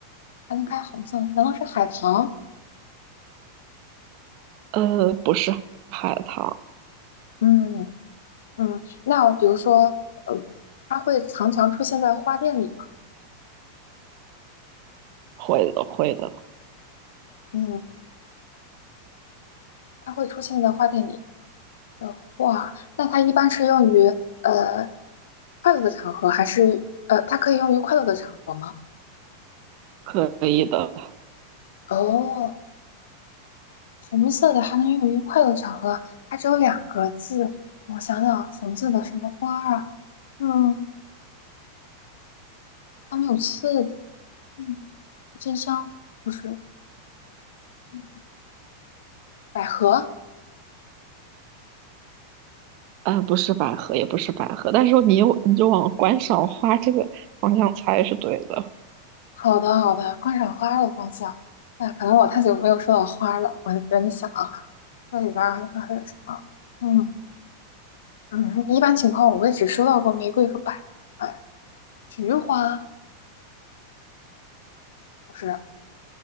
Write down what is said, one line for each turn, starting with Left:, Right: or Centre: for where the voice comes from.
Left: 还能开红色的，难道是海棠？
Right: 呃，不是海棠，
Left: 嗯嗯，那比如说，呃，它会常常出现在花店里吗？
Right: 会的会的，
Left: 嗯，它会出现在花店里。的话，那它一般是用于呃快乐的场合，还是呃它可以用于快乐的场合吗？
Right: 可以的。
Left: 哦，红色的还能用于快乐场合，它只有两个字。我想想，红色的什么花儿啊？嗯，它没有刺的。嗯，真香不是嗯百合。
Right: 嗯，不是百合，也不是百合，但是你又你就往观赏花这个方向猜是对的，
Left: 好的，好的，观赏花儿的方向。那可能我太久没有说到花儿了，我就在想啊，那里边儿还有还有什么？嗯。嗯，一般情况我也只收到过玫瑰和百合，哎，菊花不是，